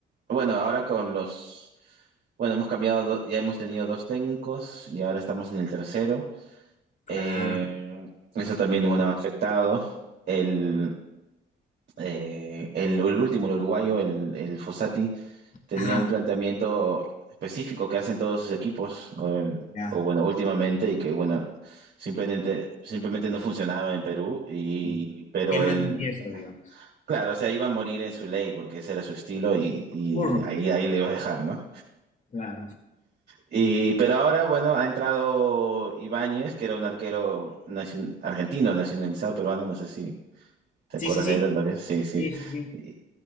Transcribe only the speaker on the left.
claro.
Ajá,
ya.
Mm.
Él
no entendía eso, digamos.
Burro,
pues,
claro.
Sí,
sí, sí.
Sí, sí, sí.